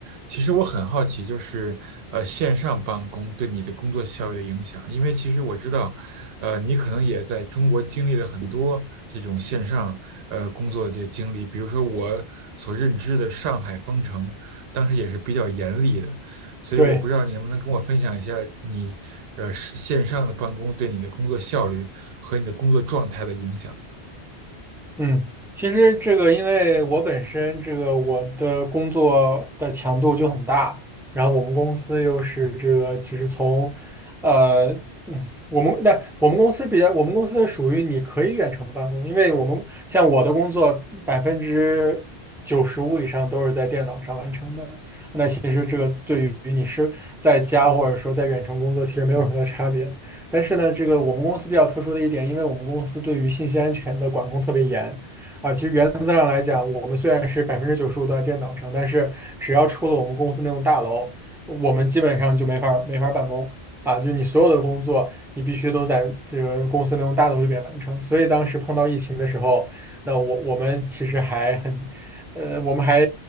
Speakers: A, on the right (about 65°); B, in the centre.
A: 其实我很好奇，就是呃，线上办公对你的工作效率的影响，因为其实我知道，呃，你可能也在中国经历了很多这种线上呃工作的这个经历，比如说我所认知的上海封城，当时也是比较严厉的，所以我不知道你能不能跟我分享一下你呃是线上的办公对你的工作效率和你的工作状态的影响。
B: 对，嗯，其实这个，因为我本身这个我的工作的强度就很大，然后我们公司又是这个，其实从，呃，嗯，我们那我们公司比较，我们公司属于你可以远程办公，因为我们像我的工作百分之九十五以上都是在电脑上完成的，其实这个对于你是在家或者说在远程工作，其实没有什么差别。但是呢，这个我们公司比较特殊的一点，因为我们公司对于信息安全的管控特别严啊。其实原则上来讲，我们虽然是百分之九十五都在电脑上，但是只要出了我们公司那栋大楼，我们基本上就没法儿没法儿办公啊。就你所有的工作，你必须都在这个公司那栋大楼里边完成。所以当时碰到疫情的时候。那我我们其实还很，呃，我们还